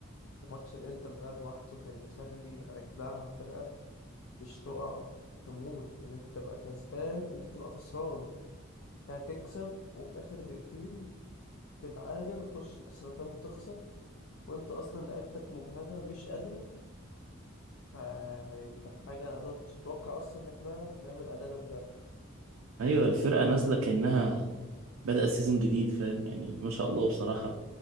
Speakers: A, on the left (about 70°); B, on the right (about 80°).
A: ماتش الإنتر ده لوحده كان يخلي أجدعها فرقة مش تقع تموت إن أنت تبقى كسبان أنت تبقى خسران هتكسب وفي آخر دقيقتين تتعادل وتخش إكسترا تايم وتخسر وأنت أصلا لعيبتك مجهدة مش قادرة يعني كانت حاجة أنا ما كنتش متوقع أصلا إن إحنا هنعمل أداء ده إمبارح
B: ايوه الفرقه نازله كانها بدأ سيزون جديد فاهم يعني ما شاء الله بصراحه